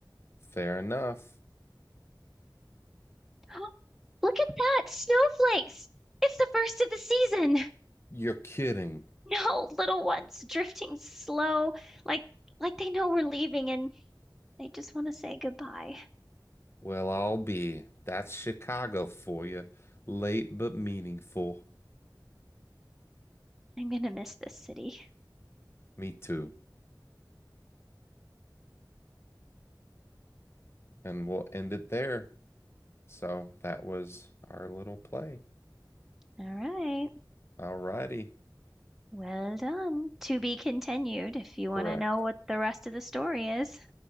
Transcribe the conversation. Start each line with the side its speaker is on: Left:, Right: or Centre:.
Left: Fair enough.
Centre: <gasps> Look at that! Snowflakes! It's the first of the season! <laughs>
Left: You're kidding.
Centre: No, little ones drifting slow, like like they know we're leaving and they just want to say goodbye.
Left: Well, I'll be. That's Chicago for you. Late but meaningful.
Centre: I'm gonna miss this city.
Left: Me too. And we'll end it there. So that was our little play.
Centre: All right.
Left: Alrighty.
Centre: Well done. To be continued if you
Left: Correct.
Centre: want to know what the rest of the story is.